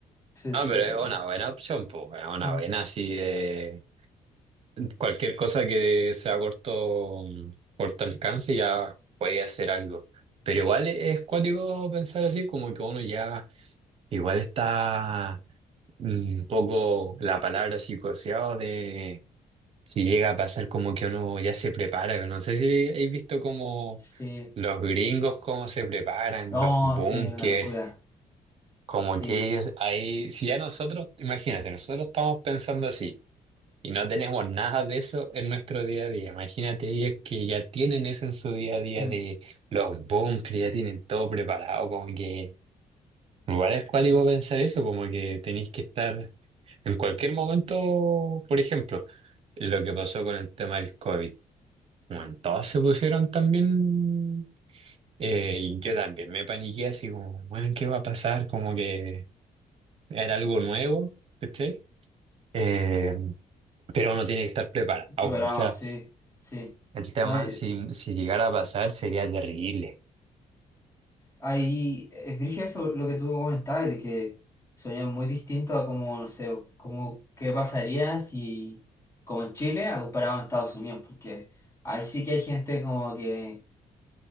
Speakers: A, on the left (about 25°); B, on the right (about 45°).
A: Sí,
B: Ah,
A: sí,
B: pero
A: yo
B: es
A: creo.
B: una buena opción, pues, es una
A: Mm,
B: buena así de cualquier cosa que sea corto, mm, corto alcance ya puede hacer algo. Pero igual es cuático pensar así, como que uno ya igual está mm, un poco la palabra así coseado de si llega a pasar como que uno ya se prepara. No sé si habéis visto como
A: Sí.
B: los gringos cómo se preparan,
A: No,
B: los búnkers
A: sí, una locura.
B: Como
A: Sí.
B: que ellos, ahí, si ya nosotros, imagínate, nosotros estamos pensando así y no tenemos nada de eso en nuestro día a día. Imagínate ellos que ya tienen eso en su día a día
A: Mm,
B: de los bunkers, ya tienen todo preparado, como que igual es cuático
A: sí.
B: pensar eso, como que tenéis que estar en cualquier momento, por ejemplo, lo que pasó con el tema del COVID. Bueno, todos se pusieron también, eh, y yo también me paniqué así como, bueno, ¿qué va a pasar? Como que era algo nuevo, ¿cachai? Eh, pero uno tiene que estar preparado.
A: Pero vamos,
B: O sea,
A: sí, sí.
B: el tema,
A: No, eh,
B: si, si llegara a pasar, sería terrible.
A: Ahí, es dije eso lo que tú comentabas, de que sonían muy distinto a como, no sé, como qué pasaría si, como en Chile, a comparado a Estados Unidos, porque ahí sí que hay gente como que,